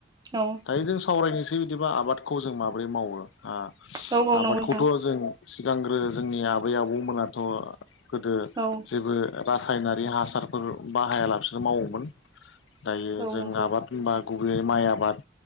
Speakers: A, on the right (about 20°); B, on the left (about 75°).
A: औ
B: दायो जों सावरायनोस थै बिदिबा आबादखौ जों माबोरै मावो। आं
A: औ औ
B: आबादखौथ'
A: नंगौ नोंथां
B: जों सिगांग्रो जोंनि आबै आबौमोना‌ <inaudible> गोदो
A: औ
B: जेबो रासायनारि हासार फोर बाहायालासिनो मावोमोन दायो जों
A: औ नंगौ
B: आबाद होनबा गुबैयै माइ आबाद